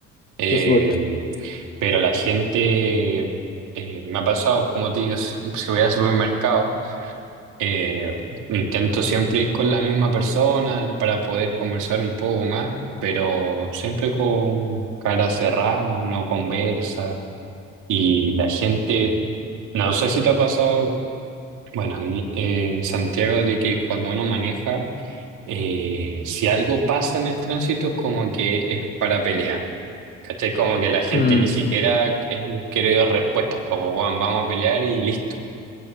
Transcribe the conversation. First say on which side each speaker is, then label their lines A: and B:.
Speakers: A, on the right (about 85°); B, on the left (about 30°).
A: Em,
B: Por supuesto.
A: Pero la gente, eh, me ha pasado, como te digo, si, si voy al supermercado, eh, intento siempre ir con la misma persona para poder conversar un poco más, pero siempre con cara cerrada, no conversa. Y la gente, no sé si te ha pasado, bueno, y- eh, en Santiago de que cuando uno maneja, eh, si algo pasa en el tránsito es como que es para pelear. ¿Cachai? Como que la gente
B: Mm,
A: ni siquiera eh, quiere dar respuestas, como, Juan, vamos a pelear y listo.